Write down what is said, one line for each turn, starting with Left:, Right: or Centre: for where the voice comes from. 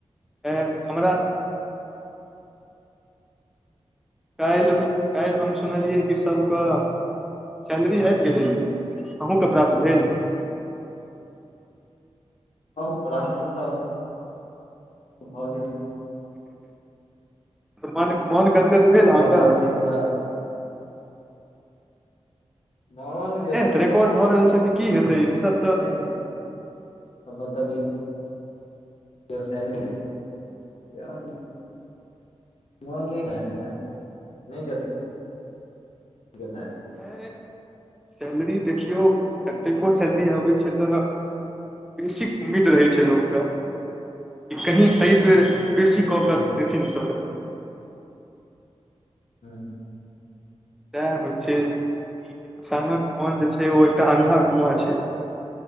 Centre: एहेन हमरा काल्हि काल्हि हम सुनलियै कि सभके सैलरी आबि गेलै अहुँके प्राप्त भेल
Left: हँ प्राप्त तऽ भऽ गेल
Centre: मन, मन गदगद भेल अहाँके?
Left: भऽ रहल छै तऽ मन
Centre: एह तऽ रिकॉर्ड भऽ रहल छै तऽ की हेतै ई सब
Left: नय अब बतबियौ वस <unintelligible> मन नय <unintelligible> गद गद जेतय <unintelligible>
Centre: एय सैलरी देखियौ कतेको सैलरी आबै छै तऽ बेसिक उम्मीद रहै छै लोकके, कि कही एहि बेेर बेसी कऽ
Left: हूँ
Centre: कऽ देथिन सर
Left: हँ <inaudible>
Centre: तें होइ छै, ई इंसानक मन जे छै ओ एकटा आन्धा कुआँ छै